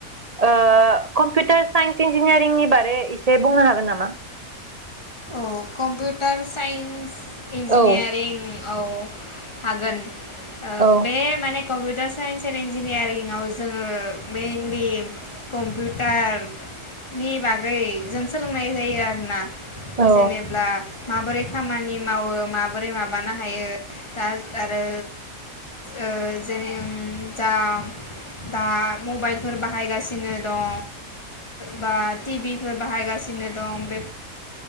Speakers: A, on the right; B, on the left.
A: ओ कम्पिउटार साइन्स इन्जिनियारिंनि बारै इसे बुंनो हागोन नामा?
B: औ कमपउटार साइन्स इन्जिनियारिं
A: औ
B: औ हागोन ओ
A: औ
B: बे माने कम्पिउटार साइन्स एन्ड इन्जिनियारिंआव जोङो मेइनलि कम्पिउटारनि बागै जों सोलोंनाय जायो आरोना।
A: औ
B: जेनेब्ला माबोरै खामानि मावो माबोरै माबानो हायो दा आरो ओ जेने ओ जा दा मबाइलफोर बाहायगासिनो दं बा टि भि फोर बाहायगासिनो दं बे